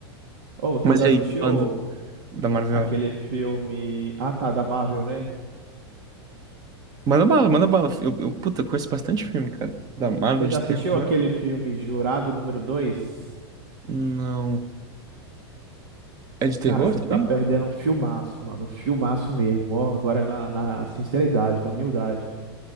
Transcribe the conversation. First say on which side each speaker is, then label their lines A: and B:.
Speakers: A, on the right (about 70°); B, on the right (about 25°).
A: Ô, você
B: Mas
A: já
B: e
A: assistiu
B: aí, falando da Marvel?
A: aquele filme... Ah, tá, da Marvel, né?
B: Manda bala, manda bala. Eu, eu, puta, conheço bastante filme, cara. Da Marvel,
A: Você
B: de
A: já assistiu
B: terror.
A: aquele filme Jurado número dois
B: Não. É de terror
A: Cara, você
B: também?
A: tá perdendo um filmaço, mano. Um filmaço mesmo. Ó, agora na, na sinceridade, na humildade.